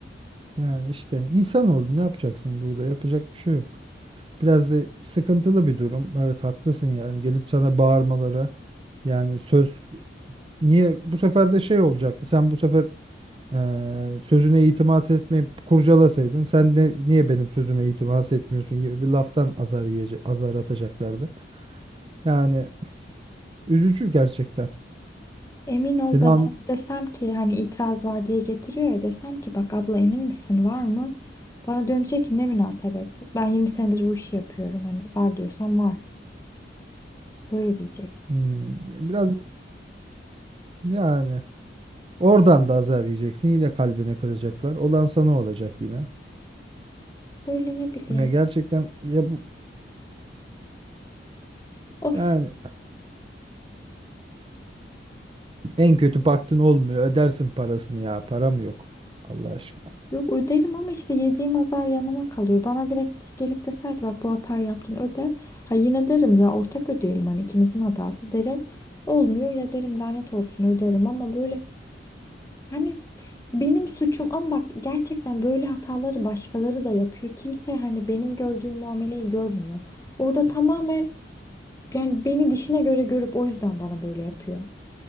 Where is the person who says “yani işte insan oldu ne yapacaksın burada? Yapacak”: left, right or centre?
Right